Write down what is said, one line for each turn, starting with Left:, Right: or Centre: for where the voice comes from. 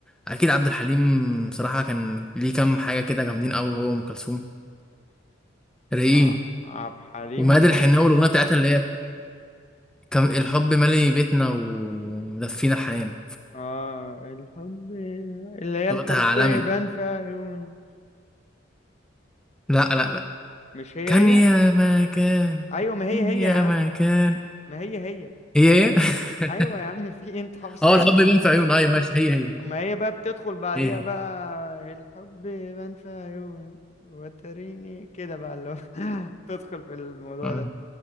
Centre: اكيد عبد الحليم بصراحه كان ليه كام حاجه كده جامدين قوي هو وام كلثوم رايقين
Left: ع- عبد الحليم
Centre: وماد الحناوي الاغنيه بتاعتها اللي هي كان الحب مالي بيتنا ومدفينا الحنان
Left: آه الحب اللي هي
Centre: صوتها
Left: الحب
Centre: عالمي
Left: بان في عيونه
Centre: لا لا لا
Left: مش هي
Centre: كان يا
Left: هي
Centre: ما كان
Left: ايوه ما هي
Centre: كان
Left: هي
Centre: يا
Left: يا عم
Centre: ما كان
Left: ما هي هي
Centre: هي ايه <laughs>
Left: ايوه يا عم في إيه؟ انت حافظ
Centre: اه
Left: حته
Centre: الحب
Left: منها
Centre: يبان في عيون ايوه ماشي هي هي
Left: ما هي بقى بتدخل بعديها
Centre: هي هي
Left: بقى الحب بان في عيون وتريني كده بقى اللي هو <laughs> تدخل في الموضوع
Centre: آه.
Left: ده